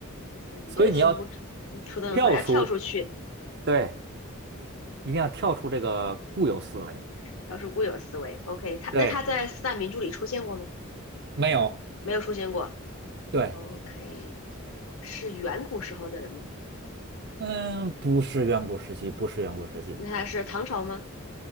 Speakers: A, on the left (about 85°); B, on the right (about 50°).
A: 哇塞，你这个题目
B: 所以你要
A: 出的很好，
B: 跳出，
A: 要跳出去，
B: 对，一定要跳出这个固有思维。
A: 跳出固有思维。OK，他那他在四大名著里出现过吗？
B: 对，没有，
A: 没有出现过。
B: 对，
A: OK，是远古时候的人吗？
B: 嗯，不是远古时期，不是远古时期
A: 那他是唐朝吗？